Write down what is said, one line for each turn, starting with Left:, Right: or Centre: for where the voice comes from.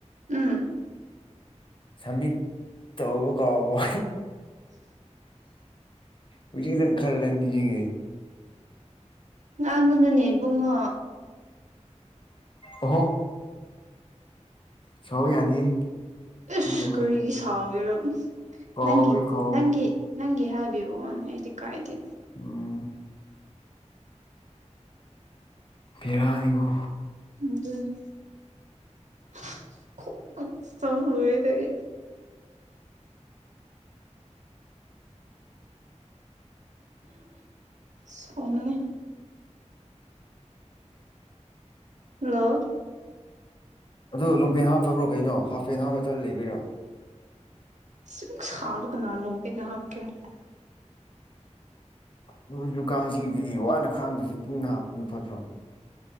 Right: ꯎꯝ
Left: ꯁꯃꯤꯠ ꯇꯩꯕ ꯀꯥꯎꯕ ꯍꯧꯖꯤꯛꯗꯪ ꯈꯜꯂ ꯅꯤꯁꯉꯛꯑꯦ
Right: ꯉꯥꯡꯒꯅꯨꯅꯦ ꯏꯕꯨꯡꯉꯣ
Left: ꯑꯣꯍꯣ ꯁꯥꯎ ꯌꯥꯗꯦꯍꯦ
Right: ꯏꯁ
Left: ꯈꯪꯗꯕꯩꯅꯤ
Right: ꯀꯔꯤꯒꯤ ꯁꯥꯎꯒꯦꯔꯣ
Left: ꯀꯥꯎꯋꯦ
Right: ꯅꯪꯒꯤ
Left: ꯀꯥꯎꯋꯦ
Right: ꯅꯪꯒꯤ ꯅꯪꯒꯤ ꯍꯥꯏꯕꯤꯕꯋꯥꯅꯦ ꯑꯩꯗꯤ ꯀꯥꯏꯗꯦ
Left: ꯎꯝ ꯕꯤꯔꯥꯅꯤꯕꯨ
Right: ꯑꯗꯨꯅꯤ <unintelligible> ꯁꯥꯎꯅꯤꯡꯉꯤ ꯍꯜꯂꯣ
Left: ꯑꯗꯣ ꯂꯣꯡꯄꯦꯟ ꯍꯥꯞꯇꯕ꯭ꯔꯣ ꯀꯩꯅꯣ ꯍꯥꯐꯄꯦꯟ ꯍꯥꯞꯄꯥ ꯆꯠ ꯂꯩꯕꯩꯔꯣ
Right: ꯁꯨꯛ ꯁꯔꯥ ꯀꯅꯅꯥ ꯂꯣꯡꯄꯦꯟ ꯍꯥꯞꯄꯀꯦꫪꯥ
Left: ꯂꯣꯏꯁꯨ ꯀꯥꯡꯁꯤ ꯑꯗꯨꯗꯤ ꯋꯥꯅ ꯈꯥꯡꯗ꯭ꯔꯁꯨ ꯟꯗꯨꯅ ꯍꯥꯞꯄ ꯐꯠꯇ꯭ꯔꯣ